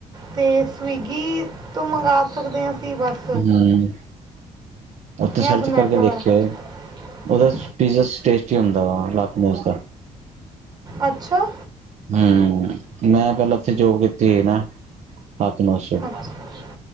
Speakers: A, on the right; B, on the right.
A: ਤੇ ਸਵੀਗੀ ਤੋਂ ਮੰਗਵਾ ਸਕਦੇ ਆ ਅਸੀਂ ਬਸ।
B: ਹੂੰ, ਓਥੇ
A: ਜਾਂ
B: ਸਰਚ
A: ਜ਼ੋਮੈਟੋ
B: ਕਰਕੇ ਦੇਖੇਓ
A: ਹੈ
B: ਏ? ਓਦਾ ਪੀਜ਼ਾ ਟੇਸਟੀ ਹੁੰਦਾ ਵਾ ਲਾਕਨੋਜ਼ ਦਾ।
A: ਅੱਛਾ।
B: ਹੂੰ! ਮੈਂ ਪਹਿਲਾਂ ਓਥੇ ਜੋਬ ਕੀਤੀ ਸੀ ਨਾ ਪਾਰਟਨਰਸ਼ਿਪ।
A: ਪਾਰਟਨਰਸ਼ਪ।